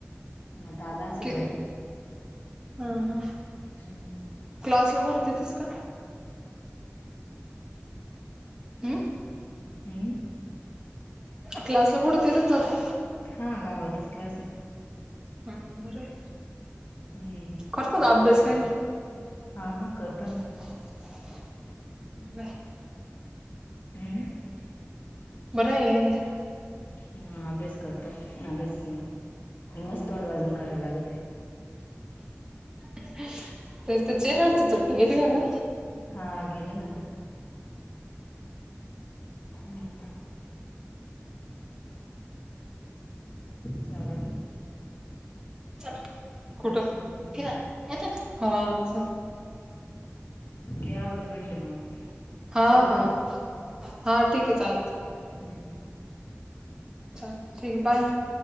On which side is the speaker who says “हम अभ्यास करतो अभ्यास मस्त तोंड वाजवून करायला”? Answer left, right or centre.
Left